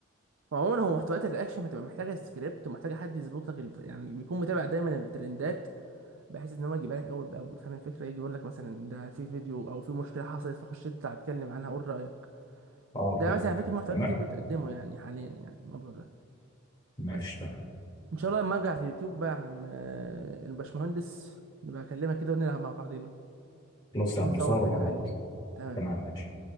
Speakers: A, on the right; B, on the left.
A: وعموما هو محتويات الرياكشن بتبقى محتاجه سكريبت ومحتاجه حد يظبط لك ال... يعني بيكون متابع دايما الترندات بحيث ان هو يجيبها لك اول باول فاهم الفكره يجي يقول لك مثلا ده في فيديو او في مشكله حصلت فخش اطلع اتكلم عنها قول رايك
B: اه
A: ده
B: فهمتك
A: مثلا فاكر محتوى
B: تمام
A: كتير بتقدمه يعني حاليا يعني الموضوع ده
B: ماشي
A: بس
B: تمام
A: ان شاء الله لما ارجع في اليوتيوب بقى يا عم آه، الباشمهندس نبقى اكلمك كده ونلعب مع بعضينا
B: خلاص
A: عشان
B: يا عم
A: نصور
B: نصور
A: فيديو
B: مع بعض
A: حلو كده تمام
B: تمام ماشي